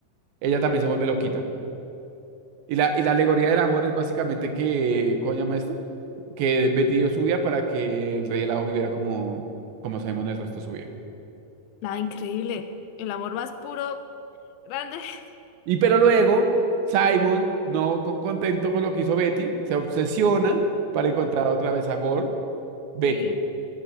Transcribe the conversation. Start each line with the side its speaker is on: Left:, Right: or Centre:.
Right: ella también se vuelve loquita. Y la, y la alegoría del amor es básicamente que, ¿cómo se llama esto? Que Betty dio su vida para que el rey helado viviera como, como Simon el resto de su vida.
Left: Nada, increíble. El amor más puro, grande. <laughs>
Right: Y pero luego Simon, no con- contento con lo que hizo Betty, se obsesiona para encontrar otra vez a Gold, Betty.
Left: Sí.